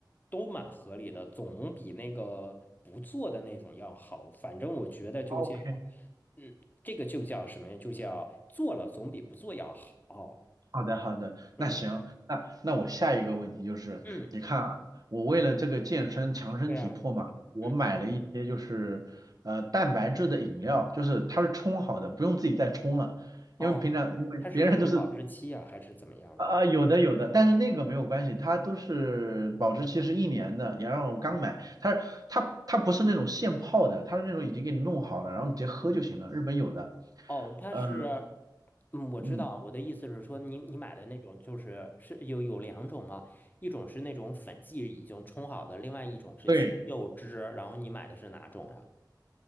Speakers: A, on the left; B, on the right.
A: 都蛮合理的，总比那个不做的那种要好。反正我觉得就叫，
B: OK，
A: 嗯，这个就叫什么呀？就叫做了总比不做要好。
B: 好的，好的，那行，
A: 嗯
B: 那那我下一个问题就是，
A: 嗯，
B: 你看啊，我为了这个健身强身体魄嘛，
A: 对啊，
B: 我买了一些就是呃蛋白质的饮料，
A: 嗯，
B: 就是它是冲好的，不用自己再冲了，因为平常因为别人就是
A: 哦，它是不是有保质期呀、还是怎么样的？
B: 啊、啊有的有的，但是那个没有关系，它都是保质期是一年的，然后我刚买，它是它它不是那种现泡的，它是那种已经给你弄好了，然后你直接喝就行了，日本有的。
A: 哦，它是，
B: 呃
A: 嗯，我知道，
B: 嗯，
A: 我的意思是说你，你买的那种就是是有有两种嘛，一种是那种粉剂已经冲好的，另外一种是鸡肉汁，
B: 对，
A: 然后你买的是哪种呀？